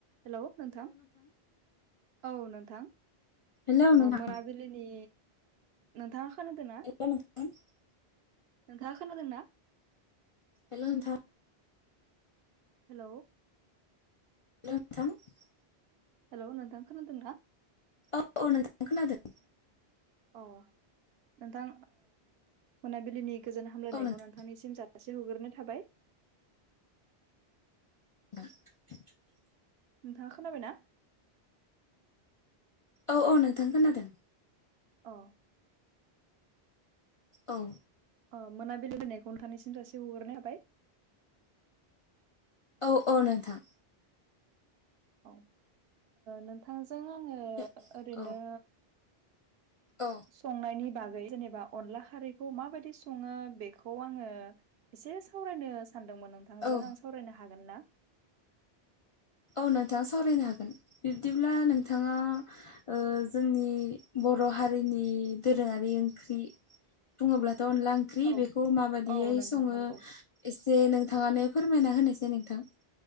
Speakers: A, on the right; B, on the left.
A: हेल' नोंथां औ नोंथां
B: हेलौ नोंथां
A: मोना बिलिनि नोंथाङा खोनादोंना
B: <unintelligible>
A: नोंथाङा खोनादों ना
B: हेल' नोंथा
A: हेल'
B: <unintelligible>
A: हेल' नोंथां खोनादों ना
B: औ औ नोंथां खोनादों
A: अ नोंथां मोनाबिलिनि गोजोन हामलायनायखौ
B: औ नोंथां
A: नों ोंखांनिसिम जासे हग्रोनो थाबाय
B: <unintelligible>
A: नोंथाङा खोनाबायना
B: औ औ नोंथां खोनादों
A: अ
B: औ
A: अ मोनाबिलि होननायखौ नोंथानिसिम जासि हरग्रोनाय थाबाय
B: औ औ नोंथां
A: औ नोंथांजों आङो
B: औ
A: ओरैनो
B: औ
A: संनायनि बागै जेनेबा अनला खारैखौ माबायदि सङो बेखौ आङो एसे सावरायनो सानदोंमोन नोंथांजों
B: औ
A: आं सावरायनो हागोन ना
B: औ नोंथां सावरायनो हागोन बिदिब्ला नोंथाङा ओ जोंनि बर' हारिनि दोरोङारि ओंख्रि बुङोब्लाथ' अनला ओं ओंख्रि
A: औ
B: बेखौ माबायदियै
A: औ नोंथां
B: सङो
A: नंगौ
B: एसे नोंथाङानो फोरमायना होनायसाय नोंथां